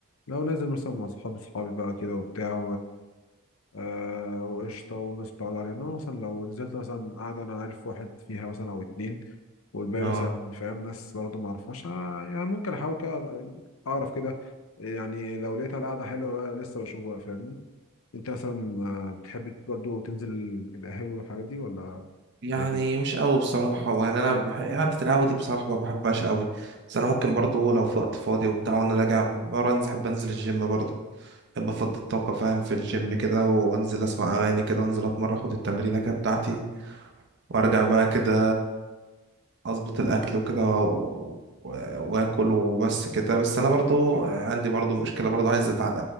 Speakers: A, on the left (about 70°); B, on the right (about 50°).
A: لو نازل مثلا مع اصحابي اصحابي بقى كده وبتاع آه وقشطة وناس بتعرض علينا مثلا لو نزلت مثلا قاعدة أنا عارف واحد فيها مثلا أو اتنين والباقي
B: اه
A: مثلا فاهم ناس برضه معرفهاش آه يعني ممكن أحاول كده أعرف كده يعني لو لقيتها القعدة حلوة بقى لسه بشوف بقى فاهمني أنت مثلا آه، بتحب برضه تنزل القهاوي والحاجات دي ولا
B: يعني
A: فاكس؟
B: مش قوي بصراحة يعني أنا بح... قعدة القهوة دي بصراحة ما بحبهاش قوي بس أنا ممكن برضو لو في وقت فاضي وبتاع وأنا راجع برا أنزل أحب أنزل الجيم برضو أحب أفضي الطاقة فاهم في الجيم
A: مم.
B: كده وأنزل أسمع أغاني كده وأنزل أتمرن أخد التمرينة كده بتاعتي وأرجع بقى كده أظبط الأكل وكده و... و... وآكل وبس كده بس أنا برضو عندي برضو مشكلة برضو عايز أتعالج